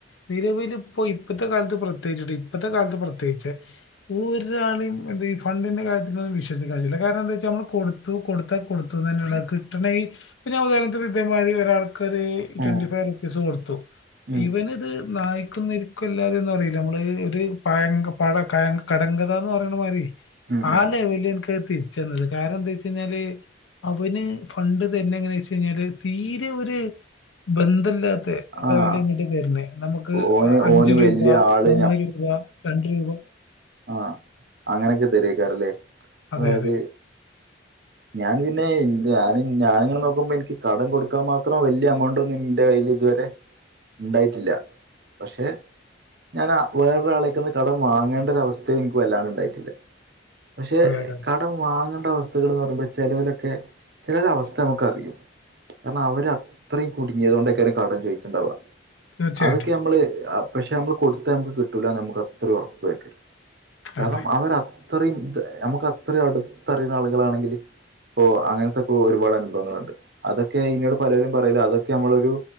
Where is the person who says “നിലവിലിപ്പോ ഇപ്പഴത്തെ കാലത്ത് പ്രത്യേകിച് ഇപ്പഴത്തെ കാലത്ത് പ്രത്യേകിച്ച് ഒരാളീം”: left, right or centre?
Left